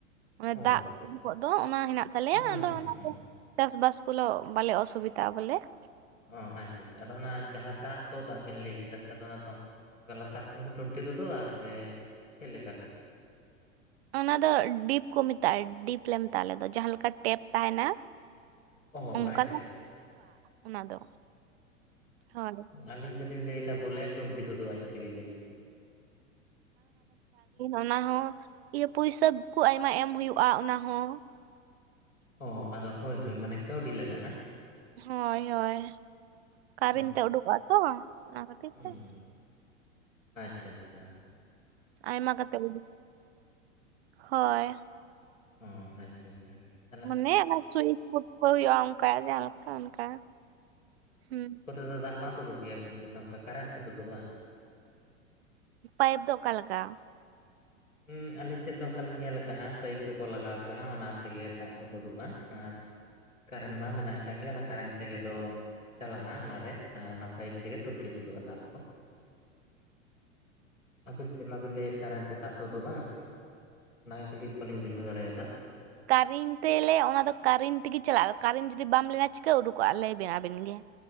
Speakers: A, on the right; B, on the left.
A: ᱚᱱᱮ
B: ᱚ
A: ᱫᱟᱜ ᱩᱰᱩᱠᱚᱜ ᱫᱚ ᱚᱱᱟ ᱦᱮᱱᱟᱜ ᱛᱟᱞᱮᱭᱟ
B: ᱦᱩᱸ
A: ᱟᱫᱚ
B: ᱦᱩᱸ
A: ᱚᱱᱟ
B: ᱦᱩᱸ
A: ᱫᱚ ᱪᱟᱥᱵᱟᱥ ᱠᱚᱞᱚ ᱵᱟᱞᱮ ᱚᱥᱩᱵᱤᱫᱟᱜᱼᱟ ᱵᱚᱞᱮ ᱾
B: ᱚ ᱟᱪᱪᱷᱟ ᱟᱪᱪᱷᱟ ᱟᱫᱚ ᱚᱱᱟ ᱡᱟᱦᱟᱸ ᱫᱟᱜ ᱛᱚ ᱫᱟᱜ ᱵᱮᱱ ᱞᱟᱹᱭ ᱠᱮᱫᱟ ᱥᱮ ᱟᱫᱚ ᱚᱱᱟ ᱫᱚ ᱞᱟᱛᱟᱨᱼᱼ ᱚᱱᱮ ᱴᱩᱱᱴᱤ ᱛᱩᱫᱩᱜ ᱟ ᱥᱮ ᱪᱮᱫ ᱞᱮᱠᱟ ᱠᱟᱛᱮ?
A: ᱚᱱᱟ ᱫᱚ ᱰᱤᱯ ᱠᱚ ᱢᱮᱛᱟᱜᱼᱟ ᱰᱤᱯ ᱞᱮ ᱢᱮᱛᱟᱜᱼᱟ ᱟᱞᱮ ᱫᱚ ᱡᱟᱦᱟᱸ ᱞᱮᱠᱟ ᱴᱮᱯ ᱛᱟᱦᱮᱱᱟ ᱾
B: ᱚ
A: ᱚᱱᱠᱟ
B: ᱟᱪᱪᱷᱟ ᱟᱪᱪᱷᱟ ᱟᱪᱪᱷᱟ
A: ᱚᱱᱟ ᱫᱚ ᱦᱳᱭ ᱾
B: ᱟᱞᱤᱧ ᱫᱚᱞᱤᱧ ᱞᱟᱹᱭᱮᱫᱟ ᱵᱚᱞᱮ ᱴᱩᱱᱴᱤ ᱛᱮᱫᱚ ᱟᱡ ᱛᱮᱜᱮ ᱡᱟᱹᱱᱤᱡ ᱾
A: ᱚᱱᱟ ᱦᱚᱸ ᱤᱭᱟᱹ ᱯᱩᱭᱥᱟᱹ ᱠᱚ ᱟᱭᱢᱟ ᱮᱢ ᱦᱩᱭᱩᱜᱼᱟ ᱚᱱᱟ ᱦᱚᱸ ᱾
B: ᱚ ᱟᱫᱚ ᱦᱳᱭ ᱦᱳᱭ ᱢᱟᱱᱮ ᱠᱟᱹᱣᱰᱤ ᱞᱟᱜᱟᱜᱼᱟ ᱾
A: ᱦᱳᱭ ᱦᱳᱭ ᱠᱟᱨᱮᱱ
B: ᱚ
A: ᱛᱮ ᱩᱰᱩᱠᱚᱜᱼᱟ ᱛᱚ ᱚᱱᱟ ᱠᱷᱟᱹᱛᱤᱨ
B: ᱦᱩᱸ
A: ᱛᱮ ᱾
B: ᱟᱪᱪᱷᱟ ᱟᱪᱪᱷᱟ ᱾
A: ᱟᱭᱢᱟ ᱠᱟ ᱠᱟᱛᱮ ᱦᱳᱭ ᱾
B: ᱚᱸ ᱟᱪᱪᱷᱟ ᱟᱪᱪᱷᱟ ᱾
A: ᱢᱟᱱᱮ ᱚᱱᱟ ᱥᱩᱭᱤᱪ ᱠᱚ ᱦᱩᱭᱩᱜᱼᱟ ᱚᱱᱠᱟ ᱡᱟᱦᱟᱸ ᱞᱮᱠᱟ ᱚᱱᱠᱟ ᱦᱩ ᱾
B: ᱛᱮᱫᱚ ᱫᱟᱜ ᱵᱟᱝ ᱛᱩᱫᱩᱜ ᱜᱮᱭᱟ ᱟᱵᱤᱱ ᱥᱮᱫ ᱫᱚ ᱚᱱᱠᱟ ᱠᱟᱨᱮᱱ ᱛᱮ ᱛᱩᱫᱩᱜᱼᱟ?
A: ᱯᱟᱭᱤᱯ ᱫᱚ ᱚᱠᱟᱞᱮᱠᱟ?
B: ᱦᱩ ᱟᱹᱞᱤᱧ ᱥᱮᱫ ᱫᱚ ᱚᱱᱠᱟᱞᱤᱧ ᱧᱮᱞ ᱠᱟᱜᱼᱟ ᱯᱟᱹᱭᱤᱯ ᱠᱚᱠᱚ ᱞᱟᱜᱟᱣ ᱠᱟᱜᱼᱟ, ᱚᱱᱟ ᱛᱮᱜᱮ ᱫᱟᱜ ᱠᱚ ᱛᱳᱫᱳᱜᱼᱟ ᱟᱨᱼᱼ ᱠᱟᱨᱮᱱ ᱢᱟ ᱢᱮᱱᱟᱜ ᱟᱠᱟᱜ ᱜᱮ ᱚᱱᱟ ᱠᱟᱨᱮᱱᱴ ᱛᱮᱜᱮ ᱛᱚ ᱪᱟᱞᱟᱜᱼᱟ ᱚᱱᱟᱨᱮ ᱟᱨ ᱚᱱᱟ ᱯᱟᱭᱤᱯ ᱛᱮᱜᱮ ᱴᱩᱱᱴᱤ ᱛᱩᱫᱩᱜᱼᱟ ᱫᱟᱜ ᱫᱚ ᱾
A: <inaudible>
B: ᱟᱵᱤᱱ ᱥᱮᱫ ᱢᱟᱵᱤᱱ ᱞᱟᱹᱭᱮᱫ ᱠᱟᱨᱮᱱ ᱛᱮ ᱫᱟᱜ ᱛᱩᱫᱩᱜᱼᱟ, ᱟᱫᱚ ᱚᱱᱟᱜᱮ ᱠᱟᱹᱴᱤᱡ ᱵᱟᱹᱞᱤᱧ ᱵᱩᱡᱷᱟᱹᱣ ᱫᱟᱲᱮᱭᱟᱫᱟ?
A: ᱠᱟᱨᱮᱱ ᱛᱮ ᱞᱮ ᱚᱱᱟᱫᱚ ᱠᱟᱨᱮᱱ ᱛᱮᱜᱮ ᱪᱟᱞᱟᱜᱼᱟ, ᱠᱟᱨᱮᱱ ᱡᱩᱫᱤ ᱵᱟᱢ ᱞᱟᱜᱟᱣ ᱪᱤᱠᱟᱹ ᱩᱰᱩᱠᱚᱜᱼᱟ ᱞᱟᱹᱭᱵᱮᱱ ᱟᱵᱤᱱ ᱜᱮ?